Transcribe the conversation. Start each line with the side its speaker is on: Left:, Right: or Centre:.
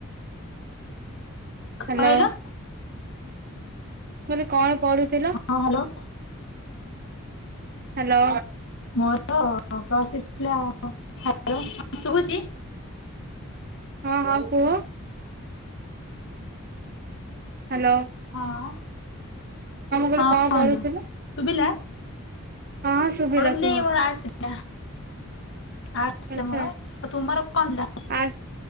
Right: ହ୍ୟାଲୋ
Left: କଁ କହିଲ?
Right: ମୁଁ କହିଲି କଣ ପଢ଼ୁଥିଲ?
Left: ହଁ ହାଲୋ।
Right: ହାଲୋ।
Left: ମୋର ପ୍ଲସ୍ ଥ୍ରି ଥିଲା। ଶୁଭୁଛି?
Right: ହଁ ହଁ କୁହ ହାଲୋ।
Left: ହଁ
Right: କହିଲି
Left: କୁହନ୍ତୁ
Right: କଣ ପଢୁଥିଲ
Left: ଶୁଭିଲା?
Right: ହଁ ହଁ ଶୁଭିଲା
Left: ପଢ଼ୁଥିଲି
Right: କୁହ
Left: ମୋର ଆର୍ଟସ୍ ଥିଲା ଆଉ
Right: ଆଚ୍ଛା
Left: ତୁମର କଣ ଥିଲା?
Right: ଆର୍ଟ୍ସ